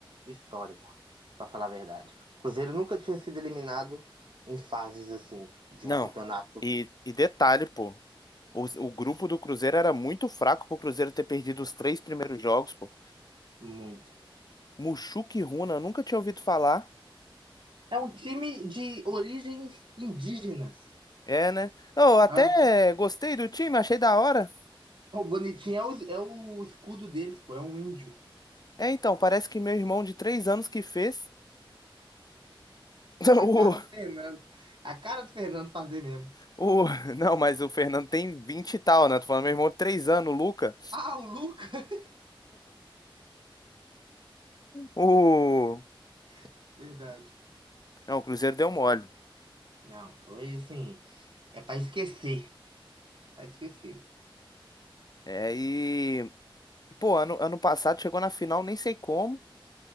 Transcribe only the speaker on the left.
Não.
E, e detalhe, pô. O, o grupo do Cruzeiro era muito fraco pro Cruzeiro ter perdido os três primeiros jogos, pô.
Muxuque e Runa, eu nunca tinha ouvido falar.
É, né? Eu até
gostei do time, achei da hora.
É, então, parece que meu irmão de três anos que fez. <laughs>
O, o, não, mas o Fernando tem 20 e tal, né? Tô falando meu irmão de três anos, o Luca.
O,
Não, o Cruzeiro deu mole.
É, e, pô, ano, ano passado chegou na final, nem sei como,